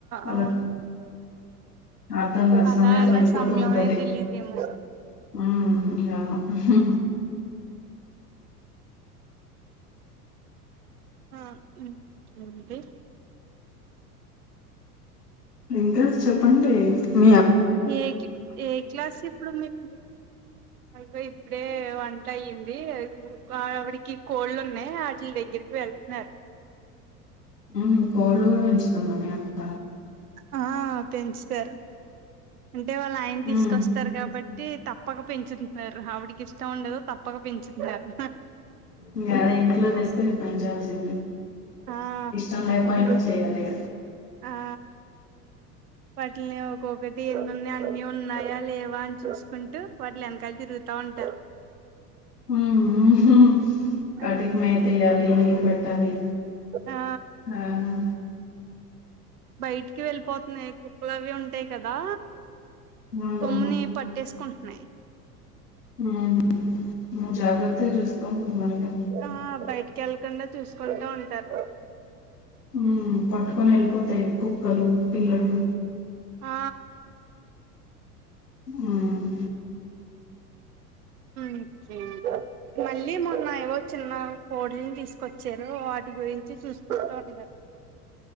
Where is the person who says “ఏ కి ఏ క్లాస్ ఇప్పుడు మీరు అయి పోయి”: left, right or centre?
Right